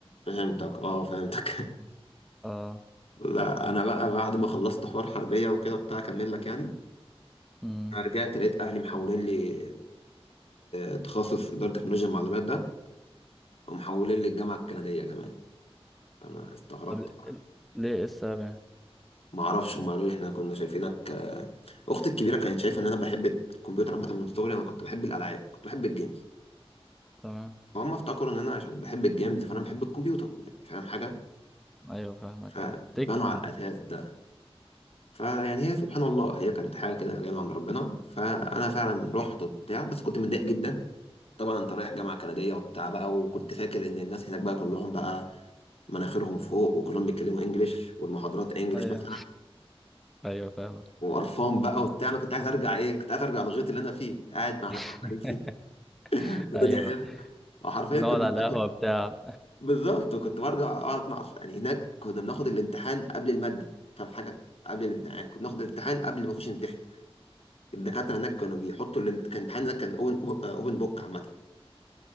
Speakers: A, on the left; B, in the centre.
A: فهمتك اه فهمتك
B: اه
A: <laughs> لا انا بقى بعد ما خلصت حوار حربيه وكده بتاع اكمل لك يعني
B: <laughs> امم
A: أنا رجعت لقيت اهلي محولين لي التخصص اداره تكنولوجيا المعلومات ده ومحولين لي الجامعه الكنديه كمان انا استغربت
B: طب ل- ليه السابع
A: ما اعرفش هم قالوا لي احنا كنا شايفينك آه، اختي الكبيره كانت شايفه ان انا بحب الكمبيوتر عامه من صغري انا كنت بحب الالعاب كنت بحب الجيمز
B: تمام
A: فهم افتكروا ان انا عشان بحب الجيمز فانا بحب الكمبيوتر يعني فاهم حاجه
B: ايوه فاهمك
A: فبنوا
B: ايوه تك
A: على
B: يعني
A: الاساس ده فيعني هي سبحان الله هي كانت حاجه كده جايه من عند ربنا فانا فعلا رحت وبتاع بس كنت متضايق جدا طبعا انت رايح جامعه كنديه وبتاع بقى وكنت فاكر ان الناس هناك بقى كلهم بقى مناخيرهم فوق وكلهم بيتكلموا انجليش والمحاضرات انجليش
B: ايوه
A: مثلا
B: ايوه فاهمك
A: وقرفان بقى وبتاع انا كنت عايز ارجع ايه كنت عايز ارجع للغيط اللي انا فيه قاعد مع
B: <laughs>
A: ناس حبايبي <laughs> الدنيا
B: ايوه
A: حلوه وحرفيا
B: نقعد
A: كنا
B: على
A: بناخد
B: القهوه <laughs> بتاع
A: بالظبط وكنت برجع اقعد مع يعني هناك كنا بناخد الامتحان قبل الماده فاهم حاجه قبل الامتحان كنا بناخد الامتحان قبل ما نخش نمتحن الدكاتره هناك كانوا بيحطوا الامت- كان الامتحان هناك كان اوبن اوبن بوك عامه